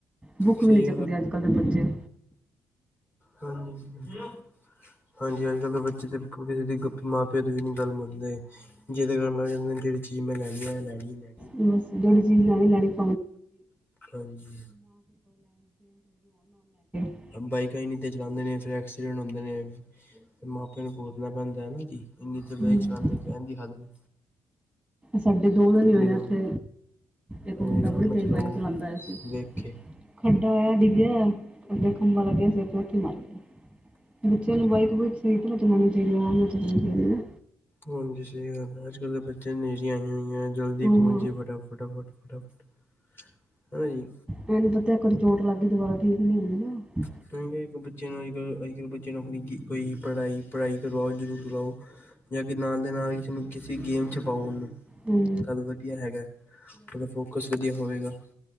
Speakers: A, in the centre; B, on the left.
A: ਬੁੱਕ
B: ਸਹੀ
A: ਵੀ ਨਹੀਂ ਚੱਕਦੇ। ਅੱਜ ਕੱਲ ਦੇ ਬੱਚੇ।
B: ਹਾਂਜੀ-ਹਾਂਜੀ। ਹਾਂਜੀ। ਅੱਜ ਕੱਲ੍ਹ ਦੇ ਬੱਚੇ ਦੇ ਕਿਸੇ ਦੀ ਮਾਂ - ਪਿਓ ਦੀ ਵੀ ਨਹੀਂ ਗੱਲ ਮੰਨਦੇ। ਜਿਦੇ ਮਗਰ ਪੈ ਜਾਂਦੇ। ਜਿਹੜੀ ਚੀਜ਼ ਮੈਂ ਲੈਣੀ ਆ, ਲੈਣੀ ਹੀ ਲੈਣੀ ਆ।
A: ਬਸ। ਜਿਹੜੀ ਚੀਜ਼ ਲੈਣੀ-ਲੈਣੀ। <unintelligible>
B: ਹਾਂਜੀ
A: <unintelligible>
B: ਬਾਈਕਾਂ ਇੰਨੀ ਤੇਜ਼ ਚਲਾਉਂਦੇ ਨੇ। ਫਿਰ ਐਕਸੀਡੈਂਟ ਹੁੰਦੇ ਨੇ। ਤੇ ਮਾਪਿਆ ਨੂੰ ਭੁਗਤਨਾ ਪੈਂਦਾ ਹੈ ਨਾ ਜੀ। ਇੰਨੀ ਤੇਜ਼
A: ਹੂੰ
B: ਚਲਾਉਂਦੇ ਕਹਿਣ ਦੀ ਹੱਦ ਨਹੀਂ।
A: ਸਾਡੇ ਦੋ ਆ ਨਿਆਣੇ
B: ਆਪਣੀ ਆਰਾਮ
A: ਇਥੇ। ਇੱਕ
B: ਆਪਣੀ
A: ਮੁੰਡਾ
B: ਆਰਾਮ
A: ਬੜੀ
B: ਨਾਲ
A: ਤੇਜ਼
B: ਚਲਾਓ
A: ਬਾਈਕ ਚਲਾਉਂਦਾ ਇਆ ਸੀ।
B: ਵੇਖੇ
A: ਖੱਡਾ ਹੋਇਆ ਡਿੱਗਿਆ। ਓਥੇ ਖੰਭਾ ਲੱਗਿਆ ਸੀ ਤੇ ਉੱਥੇ ਮਰ ਗਿਆ। ਅਤੇ ਬੱਚਿਆਂ ਨੂੰ ਬਾਈਕ ਬੁਇਕ ਸਹੀ ਤਰ੍ਹਾਂ ਚਲਾਉਣੀ ਚਾਹੀਦੀ। ਆਰਾਮ ਨਾਲ ਚੱਲੀਆਂ ਚਾਹੀਦੀ ਆ।
B: ਹਾਂਜੀ ਸਹੀ ਗੱਲ ਆ। ਅੱਜ- ਕੱਲ ਦੇ ਬੱਚੇ ਨੂੰ ਨੇਹਰੀਆ ਆਈਆ ਹੋਈਆਂ। ਜਲਦੀ
A: ਹਾਂ
B: ਪਹੁੰਚ ਜਾਈਏ ਫਟਾਫਟਾਫਟ-ਫਟਾਫਟ। ਹਨਾ ਜੀ।
A: ਇਹ ਨੀ ਪਤਾ। ਇੱਕ ਵਾਰੀ ਚੋਟ ਲੱਗ ਗਈ ਦੁਬਾਰਾ ਠੀਕ ਨੀ ਹੁੰਦੀ ਨਾ।
B: ਅ ਬੱਚੇ ਨੂੰ ਅੱਜ ਕੱਲ ਅੱਜ ਕੱਲ੍ਹ ਬੱਚੇ ਨੂੰ ਆਪਣੀ ਕੋਈ ਪੜ੍ਹਾਈ-ਪੜ੍ਹਾਈ ਕਰਵਾਓ ਜ਼ਰੂਰ ਕਰਵਾਓ। ਜਾਂ ਕਿ ਨਾਲ ਦੇ ਨਾਲ ਕਿਸ ਕਿਸੇ ਗੇਮ ਚ ਪਾਓ ਉਹਨੂੰ।
A: ਹੂੰ
B: ਤਦ ਵਧੀਆ ਹੈਗਾ। ਉਹਦਾ ਫੋਕਸ ਵਧੀਆ ਹੋਵੇਗਾ।